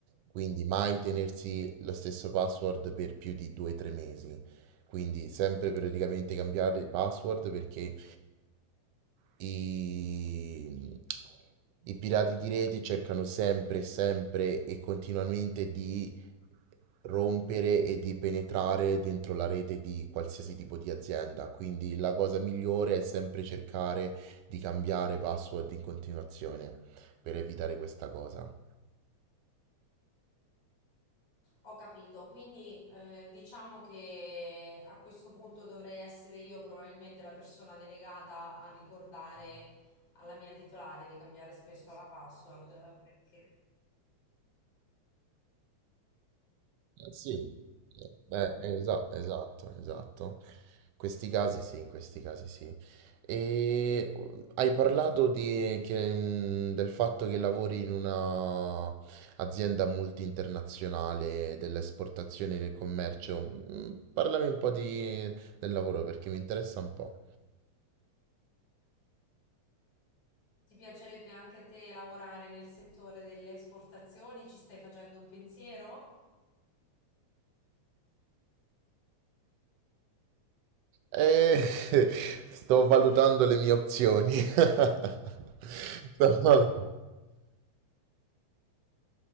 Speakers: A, on the right; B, on the left.
A: quindi mai tenersi lo stesso password per più di 2-3 mesi, quindi sempre periodicamente cambiare il password perché i, i pirati di rete cercano sempre, sempre e continuamente di rompere e di penetrare dentro la rete di qualsiasi tipo di azienda. Quindi la cosa migliore è sempre cercare di cambiare password in continuazione per evitare questa cosa.
B: Ho capito, quindi eh, diciamo che a questo punto dovrei essere io probabilmente la persona delegata a ricordare alla mia titolare di cambiare spesso la password, eh, perché
A: Eh, Sì, beh, esa- esatto, esatto. Questi casi sì, in questi casi sì. E uh, hai parlato di, che, mm, del fatto che lavori in una azienda multi-internazionale dell'esportazione e del commercio. Mm, Parlami un po' di- del lavoro perché mi interessa un po'.
B: ti piacerebbe anche a te lavorare nel settore delle esportazioni? Ci stai facendo un pensiero?
A: Eh, <laughs> sto valutando le mie opzioni. <laughs> Sto valut-